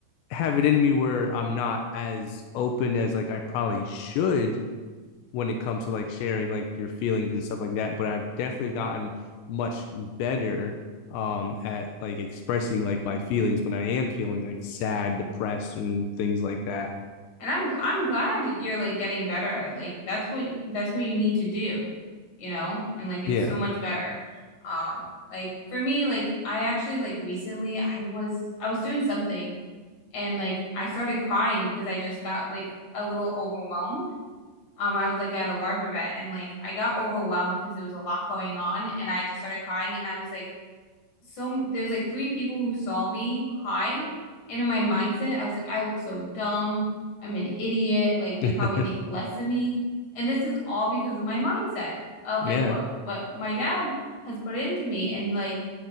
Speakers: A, on the left (about 80°); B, on the left (about 45°).
A: have it in me where I'm not as open as like I probably should when it comes to like sharing like your feelings and stuff like that. But I've definitely gotten much better um at like expressing like my feelings when I am feeling like sad, depressed, and things like that.
B: And I'm I'm glad you're like getting better at it. Like that's what that's what you need to do, you know? And like it's
A: Yeah.
B: so much better. Um, like for me, like I actually like recently I was I was doing something and like I started crying because I just got like a little overwhelmed. Um, I was like at a LARP event and like I got overwhelmed because there was a lot going on and I just started crying and I was like so there's like three people who saw me crying, and in my mindset, I was like, I look so dumb. I'm an idiot. Like they
A: Mm-hmm.
B: probably think less of me. And this is all because of my mindset of like
A: <laughs>
B: what
A: yeah.
B: what my dad has put into me. And like